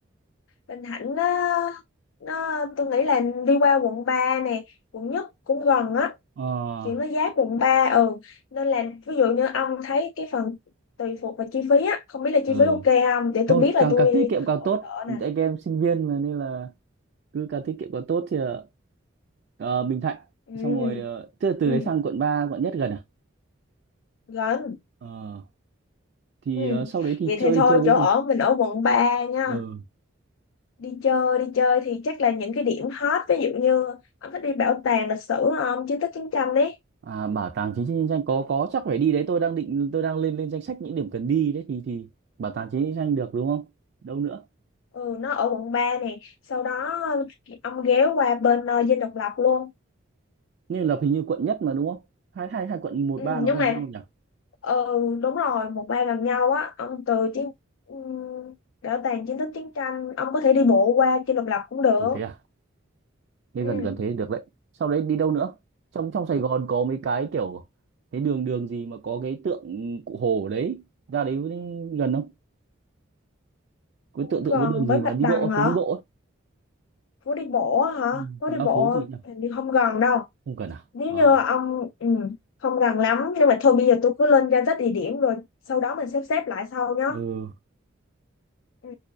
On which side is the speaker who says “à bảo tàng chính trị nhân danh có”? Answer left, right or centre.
Right